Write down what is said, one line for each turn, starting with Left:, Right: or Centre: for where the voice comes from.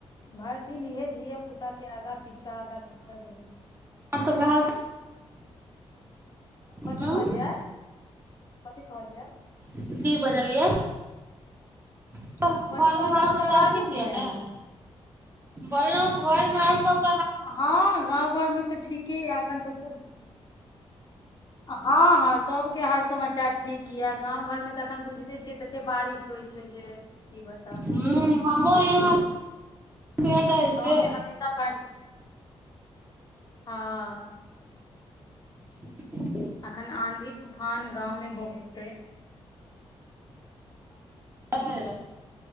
Left: भरि दिन इएह धियापुताके आगाँ पीछाँ आगाँ पीछाँ रही
Right: आओर सभके हाल
Left: कथी
Right: हूँ
Left: कहलियै कथि कहलियै
Right: की बजलियै घरमे
Left: कथी कहलियै
Right: ह
Left: अहाँके
Right: समाचार
Left: आवाजे
Right: ठीक
Left: नहि
Right: यऽ
Left: आयल
Right: ने बल घरमे आओर सब
Left: हँ गाँव घरमे तऽ ठीके यए एखन तऽ खूब हँ हँ सभके हाल समाचार ठीक यए गाँव घरमे तऽ एखन बुझिते छियै तऽ एतेक बारिश होइत छै जे की बताउ
Right: हूँ हमरो यहाँ भेल
Left: एखन
Right: रहे से
Left: गाँवमे हमेशा बढ़ हँ
Right: <inaudible>
Left: अखन आँधी तूफान गाँव मे बहुत अइ
Right: ह